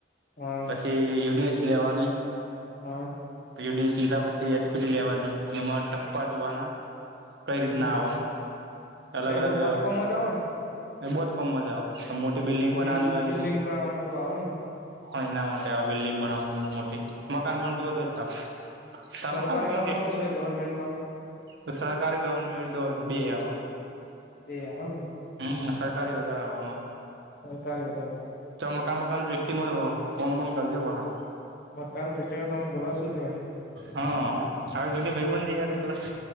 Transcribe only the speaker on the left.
હા
હા
હમ
એ
તો બાંધકામમાં જ આવે ને
બિલ્
બિલ્ડિંગ
બનાવાનું તો આવે ને
સરકારી
કામમાં
તો છે ગવર્મેન્ટ કામ
બે આવે ને
સરકારી <unintelligible>
મકાનનું ટેસ્ટિંગ હોય, તમુન બોલાવશું જ ને.